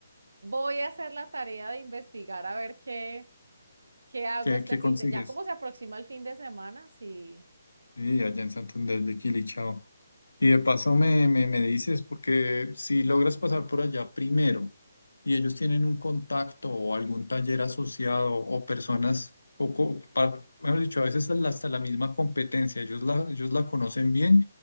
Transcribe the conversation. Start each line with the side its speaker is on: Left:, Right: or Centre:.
Right: voy a hacer la tarea de investigar a ver qué, qué hago
Left: qué,
Right: este
Left: qué
Right: fin
Left: consigues.
Right: de, ya como se aproxima el fin de semana, sí.
Left: Sí, allá en Santander de Quilichao. Y de paso me, me, me dices, porque si logras pasar por allá primero y ellos tienen un contacto o algún taller asociado o personas, o, co- par- mejor dicho, a veces hasta la hasta la misma competencia, ellos la, ellos la conocen bien